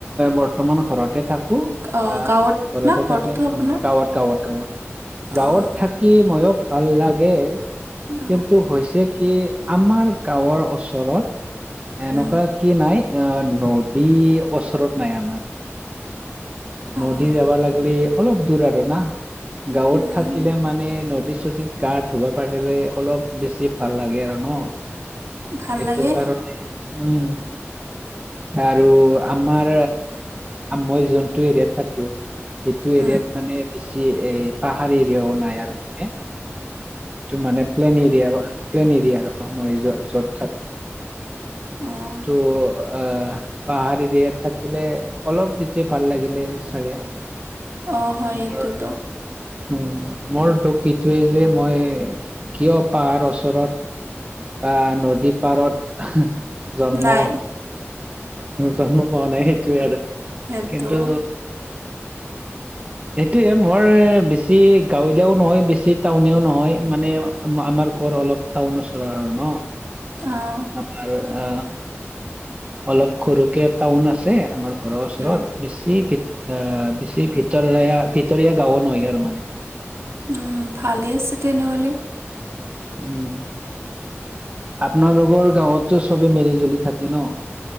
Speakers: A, on the right; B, on the right.
A: বৰ্তমান ঘৰতে থাকো
B: আহ,
A: অ
B: গাঁৱত
A: ঘৰতে
B: না ঘৰটো
A: থাকে গাঁৱত
B: আপোনাৰ
A: গাঁৱত গাঁৱত গাঁৱত
B: অঁ
A: থাকি ময়ো ভাল লাগে,
B: অঁ
A: কিন্তু হৈছে কি আমাৰ গাঁৱৰ ওচৰত, এনেকুৱা
B: উম,
A: কি নাই অ নদী ওচৰত নাই আমাৰ -
B: অঁ
A: নদী যাবা লাগিলে অলপ দূৰ আৰু না গাঁৱত
B: উম,
A: থাকিলে মানে নদী চু গা ধুবা পাৰিলে অলপ বেছি ভাল লাগে আৰু ন?
B: ভাল
A: সেইটো
B: লাগে
A: কাৰণে উম আৰু আমাৰ মই যেন যিটো এৰিয়াত থাকো সিটো
B: উম,
A: এৰিয়াত মানে চি এই পাহাৰ এৰিয়াও নাই আৰু মানে। এইটো মানে প্লেন এৰিয়া প্লেন এৰিয়া আৰু মই য য'ত থাকো
B: অঁ
A: ত' আ পাহাৰ এৰিয়াত থাকিলে অলপ বেছি ভাল লাগিলে চাগে।
B: অঁ হয়
A: মোৰ
B: এইটোত
A: উম মোৰ দুখ এইটোৱে যে মই কিয় পাহাৰ ওচৰত বা নদী পাৰত জন্ম
B: নাই
A: জন্ম পোৱা নাই সেইটোৱে আৰু
B: সেইটো
A: কিন্তু সেইটোৱে মোৰ বেছি গাঁৱলীয়াও নহয় বেছি টাউনিয়াও নহয় মানে মাআ আমাৰ ঘৰ অলপ টাউনৰ ওচৰা আৰু ন,
B: অঁ
A: আপনাৰ আ অলপ খৰুকে টাউন আছে আমাৰ ঘৰৰ ওচৰত
B: উম,
A: বেছি কেত আ বেছি ভিতৰ জাগা ভিতৰীয়া গাঁও নহয় আৰু মানে।
B: উম ভালে আছে তেনেহ'লে।
A: উম। আপোনালোকৰ গাঁৱতো চবেই মিলি জুলি থাকে ন?